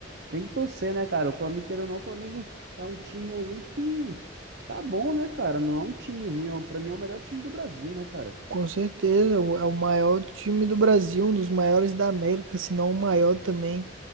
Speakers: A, on the right; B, on the right.
A: tem que torcer, né, cara? O Flamengo, querendo ou não, o Flamengo é um time aí que tá bom, né, cara? Não é um time ruim, é o- pra mim é o melhor time do Brasil, né, cara?
B: Com certeza. É o é o maior time do Brasil, um dos maiores da América, se não o maior também.